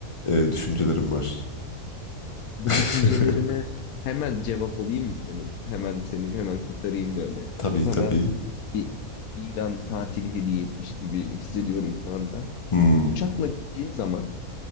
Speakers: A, on the left; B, on the left.
A: e, düşüncelerim var.
B: Bu
A: <laughs>
B: düşüncelerine hemen cevap olayım mı senin? Hemen seni hemen kurtarayım böyle.
A: Tabii
B: Sana
A: tabii.
B: bir İran tatili hediye etmiş gibi <laughs> hissediyorum şu anda.
A: Hmm,
B: Uçakla gittiğin zaman